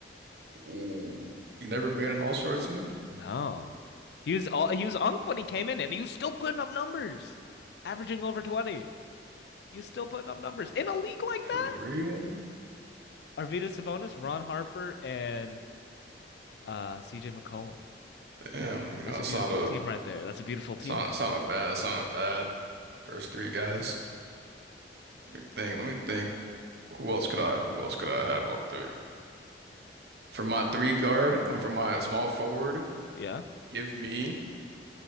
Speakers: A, on the right (about 60°); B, on the left (about 65°).
A: Ooh, you never made an All-Star team?
B: No. He was all he was unk when he came in and he was still putting up numbers, averaging over 20. He was still putting up numbers in a league like
A: For
B: that.
A: real?
B: Arvydas Sabonis, Ron Harper, and uh CJ McCollum.
A: Damn, you know,
B: That's a
A: it's
B: beautiful
A: not a
B: team right there. That's a beautiful team
A: it's not
B: right
A: it's
B: there.
A: not a bad it's not a bad first three guys. Let me think, let me think. Who else could I who else could I have up there? For my three guard, um, for my small forward,
B: Yeah.
A: give me,